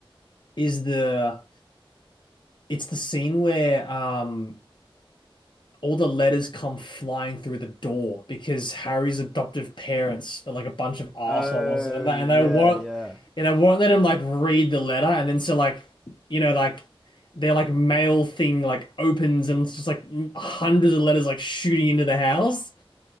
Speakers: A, on the left; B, in the centre.
A: is the it's the scene where um all the letters come flying through the door because Harry's adoptive parents are like a bunch of assholes
B: Oh,
A: and they, and
B: yeah,
A: they won't
B: yeah,
A: and they won't let him like read the letter and then so like you know like their like mail thing like opens and it's just like hundreds of letters like shooting into the house